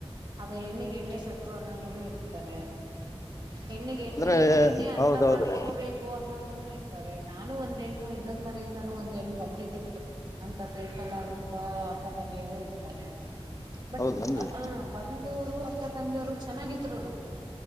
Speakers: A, on the right (about 40°); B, on the left (about 30°).
A: ಅದೇ ಹೆಣ್ಣಿಗೆ ಎಣ್ಣೆ ಶತ್ರು ಅನಂಗೂನು ಇತ್ರಾರೆ ಹೆಣ್ಣಿಗೆ ಎಣ್ಣೆ
B: ಅಂದ್ರೆ
A: ಹೆಣ್ಣೆ ಅರ್ಥ
B: ಹೌದೌದ್ರಿ
A: ಮಾಡ್ಕೋಬೇಕು ಅನ್ನಂಗನೂ ಇರ್ತಾರೆ ನಾನು ಒಂದ್ ಹೆಣ್ಣು ಇನ್ನೊಂದ್ ಮನೆಯಿಂದನೂ ಒಂದ್ ಹೆಣ್ಣು ಬಂದಿದ್ದೀಿ ಅಂತ ತಿಳ್ಕೊಳ್ಳಾಗಂತ ಅಪ್ಪ ತಂಗಿಯರು ಇರ್ತಾರೆ ಬಟ್
B: ಹೌದೇನ್ರಿ
A: ಆ ಬಂದವರು ಅಕ್ಕ ತಂಗಿಯವರು ಚೆನ್ನಾಗಿದ್ರುನೂ